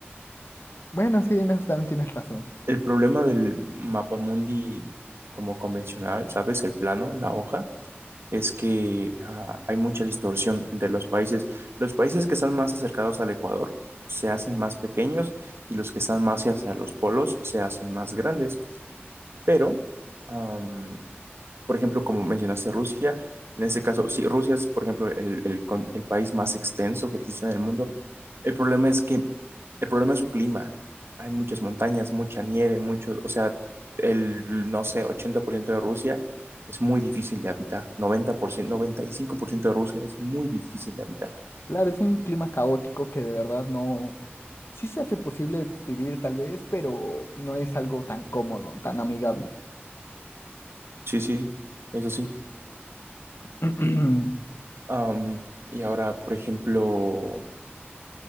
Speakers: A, on the left; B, on the right.
A: Bueno, sí, en eso también tienes razón.
B: El problema del mapa mundi como convencional, ¿sabes? El plano, la hoja, es que ah, hay mucha distorsión entre los países. Los países que están más acercados al Ecuador se hacen más pequeños y los que están más hacia los polos se hacen más grandes. Pero, am, por ejemplo, como mencionaste Rusia, en ese caso, si Rusia es, por ejemplo, el, el con- el país más extenso que existe en el mundo, el problema es que, el problema es su clima. Hay muchas montañas, mucha nieve, mucho, o sea, el, no sé, 80% de Rusia es muy difícil de habitar. noventa noventa por ciento noventa y cinco por ciento de Rusia es muy difícil de habitar.
A: Claro, es un clima caótico que de verdad no... Sí se hace posible vivir tal vez, pero no es algo tan cómodo, tan amigable.
B: Sí, sí, eso sí.
A: <clears throat>
B: Am, y ahora, por ejemplo,